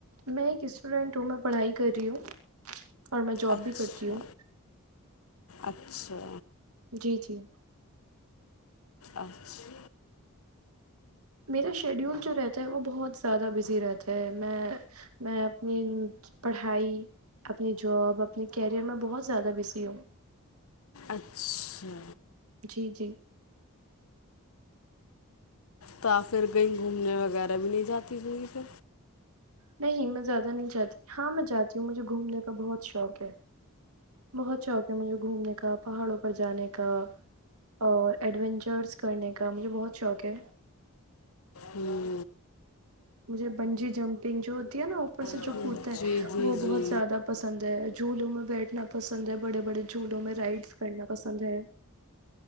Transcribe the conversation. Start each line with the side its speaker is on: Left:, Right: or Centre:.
Right: میں ایک اسٹوڈینٹ ہوں میں پڑھائی کر رہی ہوں اور میں جاب
Left: اچھا
Right: بھی کرتی ہوں
Left: اچھا
Right: جی جی
Left: اچھا
Right: میرا شیڈیول جو رہتا ہے وہ بہت زیادہ بزی رہتا ہے میں میں اپنی پڑھائی اپنی جاب اپنے کیریئر میں بہت زیادہ بزی ہوں
Left: اچھا
Right: جی جی
Left: تو پھر کہیں گھومنے وغیرہ بھی نہیں جاتی کہیں پہ
Right: نہیں میں زیادہ نہیں چاہتی ہاں میں جاتی ہوں مجھے گھومنے کا بہت شوق ہے بہت شوق ہے مجھے گھومنے کا پہاڑوں پر جانے کا اور ایڈونچرس کرنے کا مجھے بہت شوق ہے
Left: ہوں
Right: مجھے بنجی جمپنگ جو ہوتی ہے نا اوپر سے
Left: ہوں
Right: جو کوتے ہیں
Left: جی جی
Right: وہ بہت
Left: جی
Right: زیادہ پسند ہے جھولوں میں بیٹھنا پسند ہے بڑے بڑے جھولوں میں رائڈس کرنا پسند ہے